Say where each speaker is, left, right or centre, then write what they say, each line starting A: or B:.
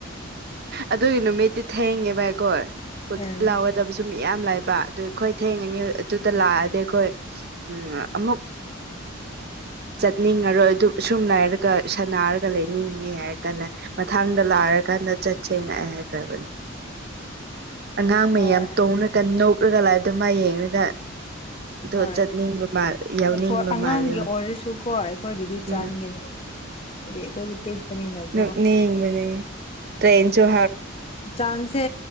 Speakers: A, on the right; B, on the left.
A: ꯑꯗꯨꯒꯤ ꯅꯨꯃꯤꯠ ꯤ ꯊꯦꯡꯉꯦꯕ ꯑꯩꯈꯣꯏ ꯍꯣꯇ
B: ꯎꯝ
A: ꯂꯥꯎꯒꯗꯕꯁꯨ ꯃꯌꯥꯝ ꯂꯩꯥꯕ ꯑꯗꯨ ꯑꯩꯈꯣꯏ ꯊꯦꯡꯉꯅꯤ ꯑꯗꯨꯗ ꯂꯥꯛꯑꯗꯤ ꯑ ꯈꯣꯏ ꯑꯩꯈꯣꯏ ꯑꯃꯨꯛ ꯆꯠꯅꯤꯡꯉꯔꯣꯏ ꯑꯗꯨ ꯁꯨꯝ ꯅꯥꯏꯔꯒ ꯁꯥꯟꯅꯔꯒ ꯂꯩꯅꯤꯡꯅꯤ ꯍꯥꯏꯔ ꯀꯥꯟꯗ ꯃꯊꯪꯗ <unintelligible> ꯆꯠꯁꯦꯅ <unintelligible> ꯑꯉꯥꯡ ꯃꯌꯥꯝ
B: ꯍꯣꯏ
A: ꯇꯣꯡꯉꯒ ꯅꯣꯛꯂꯒ ꯂꯥꯏꯏꯗꯣ ꯃꯥ ꯌꯦꯡꯉꯒ ꯑꯗꯣ
B: ꯍꯣꯏ
A: ꯆꯠꯅꯤꯡꯕ ꯃꯥ ꯌꯥꯎꯅꯤꯡꯕ
B: ꯑꯩꯈꯣꯏ ꯑꯉꯥꯡꯒꯤ
A: ꯃꯥꯜꯂꯦꯕ
B: ꯑꯣꯏꯔꯁꯨꯀꯣ ꯑꯩꯈꯣꯏꯒꯤꯗꯤ
A: ꯎꯝ
B: ꯆꯥꯟꯒꯅꯤ ꯍꯥꯏꯗꯤ ꯑꯩꯈꯣꯏꯗꯤ ꯄꯤꯛꯄꯅꯤꯅꯀꯣ
A: ꯅꯣꯛꯅꯤꯡꯕꯅꯦ ꯇ꯭ꯔꯦꯟꯁꯨ <unintelligible>
B: ꯆꯥꯡꯁꯦ